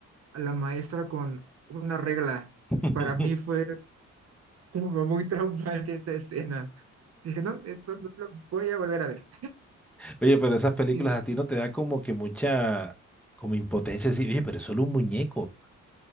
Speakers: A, on the right; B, in the centre.
A: a la maestra con una regla.
B: <laughs>
A: Para mí fue como muy <laughs> traumante esa escena. Dije, no, esto no lo voy a volver a ver.
B: Oye, pero esas películas
A: Sí,
B: a ti no te da como que mucha, como impotencia, así, oye, pero es solo un muñeco.